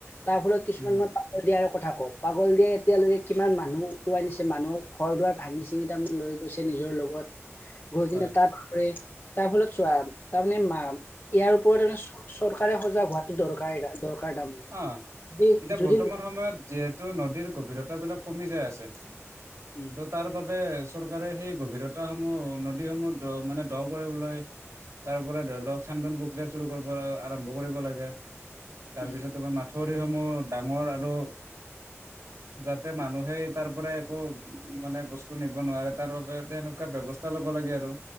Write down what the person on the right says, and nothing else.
উম
হয়
অ'
এতিয়া
বৰ্তমান সময়ত যিহেতু নদীৰ গভীৰতাবিলাক কমি যায় আছে।
ত তাৰ বাবে চৰকাৰে সেই গভীৰতাহ সমূহ, নদীসমূহ দ মানে দ কৰিবলৈ। তাৰ পৰা ধৰি লওক খান্দন প্ৰক্ৰিয়া চুৰু কৰিব আৰম্ভ কৰিব লাগে। তাৰপিছত
তোমাৰ মাঠউৰিসমূহ ডাঙৰ আৰু যাতে মানুহে তাৰ পৰা একো মানে বস্তু নিব নোৱাৰে তাৰ বাবে তেনেকুৱা, ইয়াত ব্যৱস্থা লব লাগে আৰু